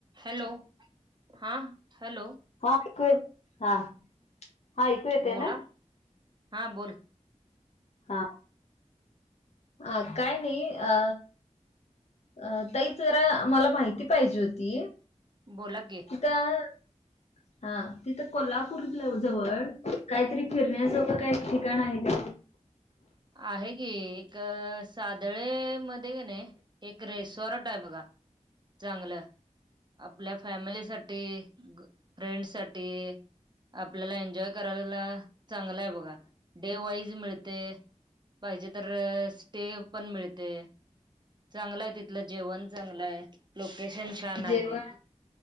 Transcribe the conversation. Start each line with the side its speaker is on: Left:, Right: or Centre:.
Right: Hello? हा hello?
Left: हा <unintelligible> हा. हा ऐकू येते
Right: बोला
Left: ना
Right: हा बोल.
Left: हा अ काय नाही अ अ ताई जरा मला माहिती पाहिजे होती.
Right: बोला कि.
Left: <unintelligible> हा तिथं कोल्हापूर जवळ, काहीतरी फिरण्यासखं काही ठिकाण आहे का?
Right: आहे की. एक सादळे मध्ये का नाही एक रेस सोरट आहे बघा चांगल आपल्या फॅमिलीसाठी. ते फ्रेंड साठी आपल्याला एन्जॉय करायला चांगला आहे बघा. डे वाईज मिळते. पाहिजे तर स्टे पण मिळते. चांगल आहे तिथल जेवण चांगल आहे. लोकेशन छान आहे.
Left: जेवण